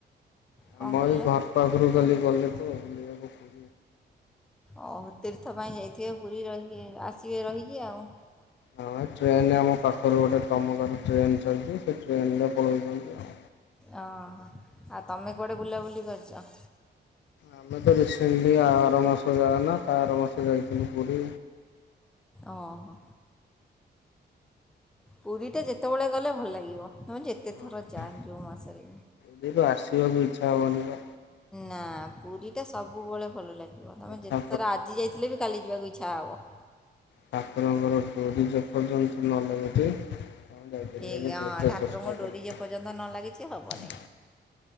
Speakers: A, in the centre; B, on the left.
A: କ'ଣ
B: ହ ମ
A: କହିଲେ
B: ଏଇ ଘର ପାଖରୁ କାଲି ଗଲେ ତ ବୁଲିବାକୁ।
A: ଓ ତୀର୍ଥ ପାଇଁ ଯାଇଥିବେ ପୁରୀ ରହିବେ ଆସିବେ ରହିକି ଆଉ।
B: ହଁ ଟ୍ରେନ ଆମ ପାଖରୁ ଗୋଟେ ତମକାର ଟ୍ରେନ ଚାଲିଛି ସେ ଟ୍ରେନରେ ପଳଉଛନ୍ତି ଆ
A: ଓହୋ ଆଉ ତମେ କୁଆଡ଼େ ବୁଲାବୁଲି କରିଛ।
B: ଆମେ ତ ରିସେଣ୍ଟଲି ଆର ମାସ ଯାନ ତ ଆର ମାସ ଯାଇଥିଲୁ ପୁରୀ।
A: ଓ ହୋ ପୁରୀ ଟା ଯେତେବେଳେ ଗଲେ ଭଲ ଲାଗିବ। ହ ଯେତେ
B: ହଁ
A: ଥର ଯା ଜଉ ମାଶରେ।
B: ପୁରୀରୁ ଆସିବାକୁ ଇଚ୍ଛା ହବନି ବା।
A: ନା ପୁରୀ ସେଟା ସବୁବେଳେ ଭଲ ଲାଗିବ ତମେ ଯେତେଥର
B: ଠାକୁରଙ୍କର
A: ଆଜି ଯାଇଥିଲେ ବି କାଲି ଯିବାକୁ ଇଚ୍ଛା ହବ।
B: ଠାକୁରଙ୍କର ଡୋରି ଯେପର୍ଯ୍ୟନ୍ତ ନଲାଗିଚି ଆ ଯାଇପାରିବନି
A: ଠିକ୍ ହଁ
B: ଯେତେ
A: ଠାକୁରଙ୍କ
B: ଚେଷ୍ଟା
A: ଡୋରି
B: କଲେ।
A: ଯେ ପର୍ଯ୍ୟନ୍ତ ନ ଲାଗିଛି ହେବନି